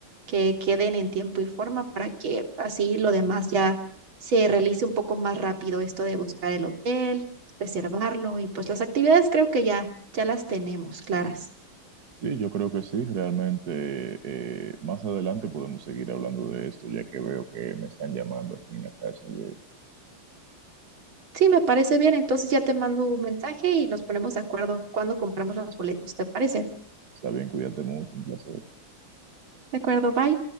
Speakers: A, on the right; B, on the right.
A: que queden en tiempo y forma para que así lo demás ya se realice un poco más rápido esto de buscar el hotel, reservarlo y pues las actividades creo que ya ya las tenemos claras.
B: Sí, yo creo que sí, realmente eh, más adelante podemos seguir hablando de esto, ya que veo que me están llamando aquí en la casa. y, eh,
A: Sí, me parece bien. Entonces ya te mando un mensaje y nos ponemos de acuerdo cuando compramos los boletos. ¿Te parece?
B: está bien, cuídate mucho, un placer.
A: De acuerdo, bye.